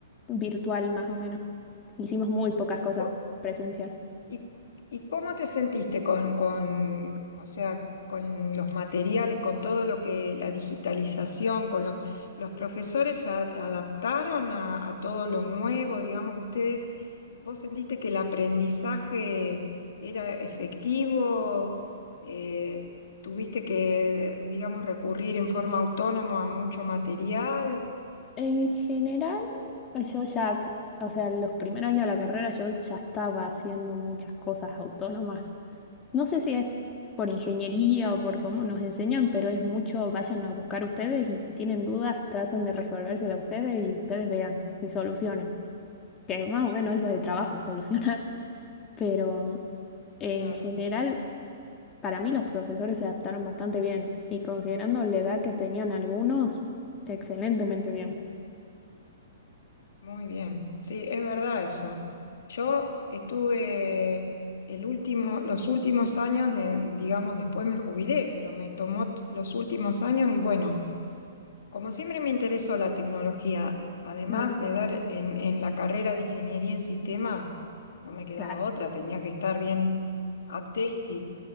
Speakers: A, on the left; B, on the left.
A: virtual más o menos. Hicimos muy pocas
B: ¿Y,
A: cosas
B: co-
A: presencial.
B: ¿Y, y cómo te sentiste con, con, o sea, con los materiales, con todo lo que la digitalización, con los, los profesores se a- adaptaron a, a todo lo nuevo, digamos, ustedes, vos sentiste que el aprendizaje era efectivo, Eh, tuviste que, digamos, recurrir en forma autónoma a mucho material,
A: En general, yo ya, o sea, los primeros años de la carrera yo ya estaba haciendo muchas cosas autónomas No sé si es por ingeniería o por cómo nos enseñan, pero es mucho, vayan a buscar ustedes y si tienen dudas, traten de resolvérsela ustedes y ustedes vean y solucionen. Que más o menos eso es el trabajo, <laughs> solucionar. Pero en
B: claro.
A: general, para mí los profesores se adaptaron bastante bien y considerando la edad que tenían algunos, excelentemente bien.
B: Muy bien, sí, es verdad eso. Yo estuve el último, los últimos años de, digamos, después me jubilé, pero me tomó los últimos años y bueno, como siempre me interesó la tecnología, además
A: No,
B: de dar
A: ok.
B: en, en la carrera de ingeniería en sistema, no me quedaba
A: Claro.
B: otra,
A: <laughs>
B: tenía que estar bien updated